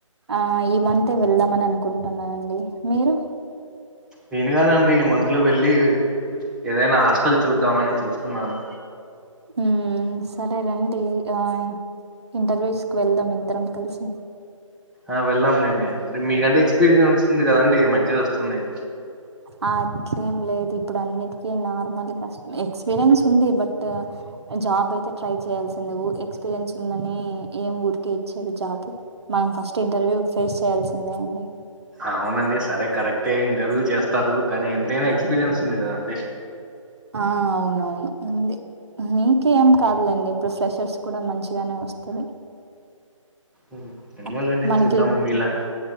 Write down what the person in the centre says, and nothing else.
నేనుగానంతే ఈ మంత్ లో వెళ్ళి ఏదైనా హాస్టల్ చూద్దామని చూస్తున్నాను
ఆ వెళ్ళాంలేండి డి మీకంటే ఎక్స్పీరియన్స్ ఉంది కదండి మంచిదొస్తుంది
అవునండి సరే కరెక్టే ఇంటర్వ్యూ చేస్తారు కానీ ఎంతైనా ఎక్స్పీరియన్స్ ఉంది కదాండి
ఉం ఏమోలేండి
చూద్దాం మీలా